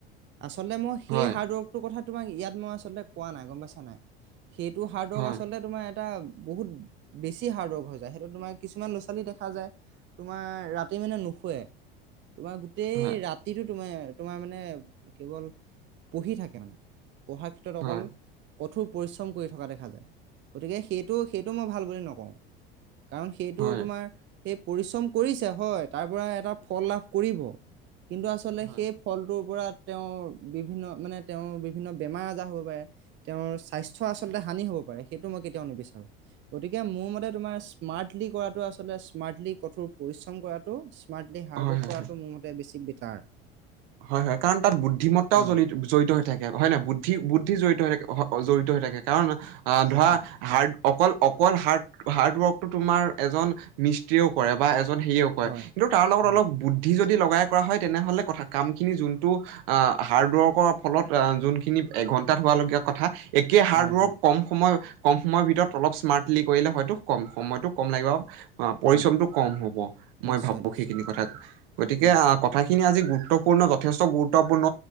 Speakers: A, on the right (about 40°); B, on the right (about 70°).
A: আচলতে মই সেই
B: হয়
A: হাৰ্ডৱৰ্কটোৰ কথা তোমাক ইয়াত মই আচলতে কোৱা নাই, গম পাইছা নে নাই? সেইটো হাৰ্ডৱৰ্ক
B: হয়
A: আচলতে তোমাৰ এটা- বহুত বেছি হাৰ্ডৱৰ্ক হৈ যায়, সেইটোত তোমাৰ কিছুমান ল'ৰা ছোৱালী দেখা যায়। তোমাৰ ৰাতি মানে নুশুৱে, তোমাৰ - গোটেই
B: হয়
A: ৰাতিটো তোমাৰ, তোমাৰ মানে কেৱল পঢ়ি থাকে মানে। পঢ়াৰ ক্ষেত্ৰত
B: হয়
A: অকল-
B: হয়
A: কঠোৰ পৰিশ্ৰম কৰি থকা দেখা যায়। গতিকে সেইটো সেইটো মই ভাল বুলি নকওঁ। কাৰণ সেইটো
B: হয়
A: তোমাৰ- সেই পৰিশ্ৰম কৰিছে হয়, তাৰ পৰা এটা ফল লাভ কৰিব, কিন্তু আচলতে
B: হয়
A: সেই- ফলটোৰ পৰা তেওঁৰ বিভিন্ন মানে তেওঁৰ বিভিন্ন বেমাৰ আজাৰ হ'ব পাৰে। তেওঁৰ স্বাস্থ্য আচলতে হানি হব পাৰে, সেইটো মই কেতিয়াও নিবিচাৰো। গতিকে মোৰ মতে তোমাৰ স্মাৰ্টলি কৰাটো, আচলতে স্মাৰ্টলি কঠোৰ পৰিশ্ৰম কৰা- টো স্মাৰ্টলি হাৰ্ডৱৰ্ক
B: হয় হয়
A: কৰাটো মোৰ মতে বেছি বেটাৰ।
B: হয় হয়, কাৰণ তাত বুদ্ধিমত্তাও
A: অ
B: জড়িত জড়িত হৈ থাকে, হয় নে নহয়? বুদ্ধি-বুদ্ধি জড়িত হৈ থাকে। জড়িত হৈ থাকে, কাৰণ আহ
A: হয়
B: ধৰা
A: হয়
B: হাৰ্ড- অকল-অকল হাৰ্ড-হাৰ্ড ৱৰ্কটো তোমাৰ এজন মিস্ত্ৰীয়েও কৰে বা এজন হেৰীয়েও- কৰে,
A: হয়
B: কিন্তু তাৰলগত
A: হয়
B: অলপ
A: হয়
B: বুদ্ধি যদি লগাই কৰা হয় তেনেহলে কথা- কামখিনি যোনটো আহ হাৰ্ডৱৰ্কৰ ফলত যোনখিনি এঘন্টাত হোৱা লগীয়া কথা- একে হাৰ্ডৱৰ্ক
A: হয় হয়
B: কম সময়- কম সময়ৰ ভিতৰত অলপ স্মাৰ্টলি কৰিলে হয়তো কম সময়তটো কম লাগিব। অঁ, পৰিশ্ৰমটো
A: হয়
B: কম হব, মই
A: নিশ্চয়
B: ভাবো
A: নিশ্চয়
B: সেইখিনি কথা। গতিকে
A: হয়
B: কথাখিনি আজি গুৰুত্ব- পূৰ্ণ যথেষ্ট গুৰুত্বপূৰ্ণ,